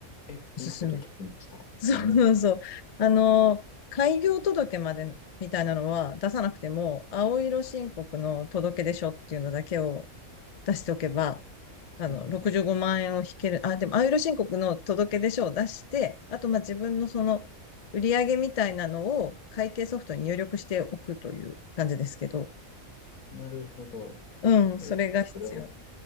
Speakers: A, on the left; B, on the left.
A: え、
B: おすすめ。
A: いいこと聞きました。
B: <laughs> そうそうそう。
A: メモ。
B: あの、開業届までみたいなのは出さなくても、青色申告の届出書っていうのだけを出しておけば、あの、
A: うん。
B: 65万円を引ける。あ、でも、あゆる申告の届出書を出して、あと、まあ、自分のその、売上みたいなのを会計ソフトに入力しておくという感じですけど。
A: なるほど。
B: うん、それが必要。
A: え、それは、
B: い